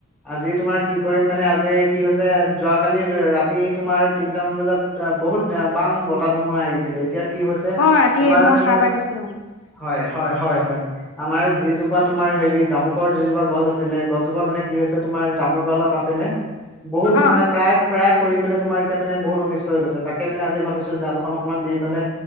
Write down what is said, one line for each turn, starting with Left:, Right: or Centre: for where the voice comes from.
Centre: আজি তোমাৰ, কি কৰিম মানে, আজি কি হৈছে, যোৱা কালি ৰাতি, তোমাৰ তিনটা মান বজাত, বহুত বাম বতাহ, ধুমুহা আহিছিলে। এতিয়া কি হৈছে
Left: অ', ৰাতিয়ে,
Centre: আমাৰ
Left: মই
Centre: মানে
Left: সাৰ পাই গৈছিলো।
Centre: হয়, হয়, হয়, হয় আমাৰ যিজোপাত তোমাৰ হেৰি জামুকৰ, যিজোপা গছ আছিলে, গছজোপা মানে কি হৈছে, তোমাৰ জামুক দালত আছিলে বহুত
Left: অ',
Centre: মানে, প্ৰায়, প্ৰায় কৰি পেলাই তোমাৰ, এতিয়া মানে বহুত অনিষ্ট হৈ গৈছে, তাক মানে আজি ভাবিছো জালখন, অকনমান দি পেলাই,